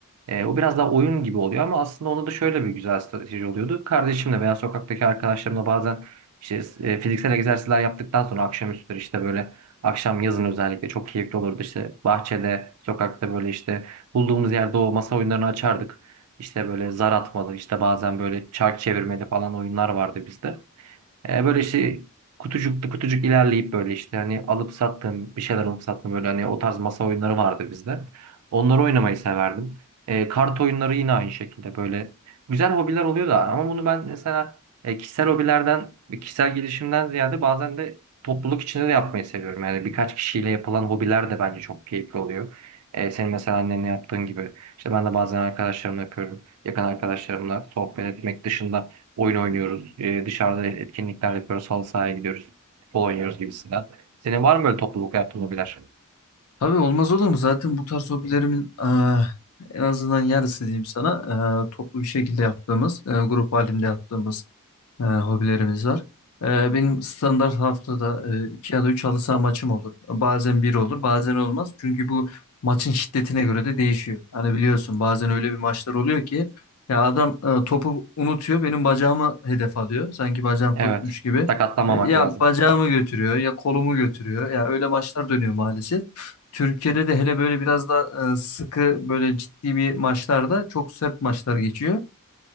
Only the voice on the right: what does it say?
Ee, o biraz daha oyun gibi oluyor ama aslında onda da şöyle bir güzel strateji oluyordu. Kardeşimle veya sokaktaki arkadaşlarımla bazen işte e, fiziksel egzersizler yaptıktan sonra akşamüstleri işte böyle akşam yazın özellikle çok keyifli olurdu. İşte bahçede, sokakta böyle işte bulduğumuz yerde o masa oyunlarını açardık. İşte böyle zar atmalı, işte bazen böyle çark çevirmeli falan oyunlar vardı bizde. E, böyle işte kutucuklu kutucuk ilerleyip böyle işte hani alıp sattığım bir şeyler alıp sattığım böyle hani o tarz masa oyunları vardı bizde. Onları oynamayı severdim. E, kart oyunları yine aynı şekilde böyle güzel hobiler oluyor da ama bunu ben mesela e, kişisel hobilerden ve kişisel gelişimden ziyade bazen de topluluk içinde de yapmayı seviyorum. Yani birkaç kişiyle yapılan hobiler de bence çok keyifli oluyor. E, senin mesela annenle yaptığın gibi. İşte ben de bazen arkadaşlarımla yapıyorum. Yakın arkadaşlarımla sohbet etmek dışında oyun oynuyoruz. e, dışarıda etkinlikler yapıyoruz. Halı sahaya gidiyoruz. Futbol oynuyoruz gibisinden. Senin var mı böyle topluluk yaptığın hobiler?
Evet.
Sakatlanmamak
lazım.